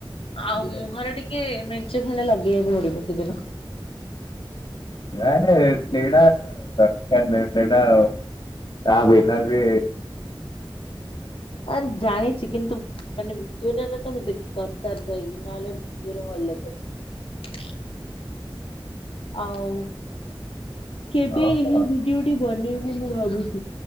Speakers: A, on the left; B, on the left.
A: ଭଲ
B: ଆଉ ମୁହଁରେ ଟିକେ ମେଞ୍ଚ ଖଣ୍ଡେ ଲଗେଇବାକୁ ପଡିବ ସେଦିନ।
A: ସେଇଟା ଦରକାର ନାଇ ସେଇଟା ତା ଭିନା ବି
B: ଆରେ ଜାଣିଛି କିନ୍ତୁ ମାନେ ଭିଡିଓରେ ତ ମୁ ଦେଖ ଦରକାର ନାହିଁ ନହେଲେ। <unintelligible> ଆଉ କେବେ
A: ଓହୋ
B: ଏହି ଭିଡିଓଟି ବନେଇବ ମୁଁ ଭାବୁଛି।